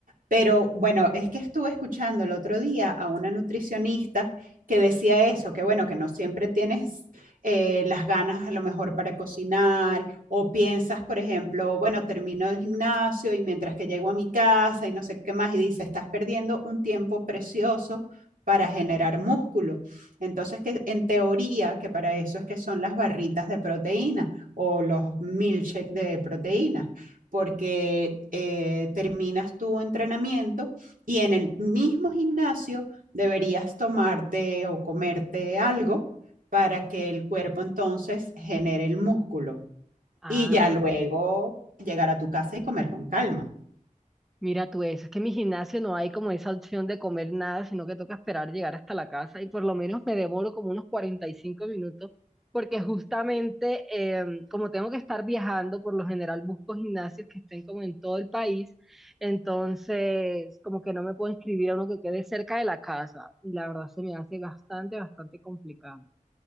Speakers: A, on the right; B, in the centre.
A: Pero bueno, es que estuve escuchando el otro día a una nutricionista que decía eso, que bueno, que no siempre tienes eh, las ganas a lo mejor para cocinar o piensas, por ejemplo, bueno, termino el gimnasio y mientras que llego a mi casa y no sé qué más y dice, estás perdiendo un tiempo precioso para generar músculo. Entonces, que en teoría, que para eso es que son las barritas de proteína o los milkshakes de proteína porque eh, terminas tu entrenamiento y en el mismo gimnasio deberías tomarte o comerte algo para que el cuerpo entonces genere el músculo
B: Ah.
A: y ya luego llegar a tu casa y comer con calma.
B: Mira tú eso, es que en mi gimnasio no hay como esa opción de comer nada, sino que toca esperar llegar hasta la casa y por lo menos me demoro como unos 45 minutos porque justamente em, como tengo que estar viajando, por lo general busco gimnasios que estén como en todo el país, entonces como que no me puedo inscribir a uno que quede cerca de la casa y la verdad se me hace bastante, bastante complicado.